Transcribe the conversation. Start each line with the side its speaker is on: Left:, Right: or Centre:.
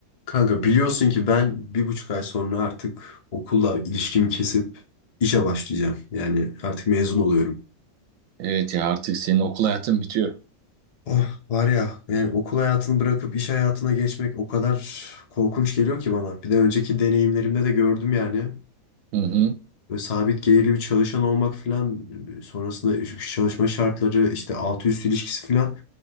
Left: Kanka biliyorsun ki ben bir buçuk ay sonra artık okulla ilişkimi kesip işe başlayacağım. Yani artık mezun oluyorum.
Right: Evet ya artık senin okul hayatın bitiyor.
Left: Oh var ya yani okul hayatını bırakıp iş hayatına geçmek o kadar korkunç geliyor ki bana. Bir de önceki deneyimlerimde de gördüm yani.
Right: Hı hı.
Left: Böyle sabit gelirli bir çalışan olmak falan sonrasında çalışma şartları işte altı üst ilişkisi falan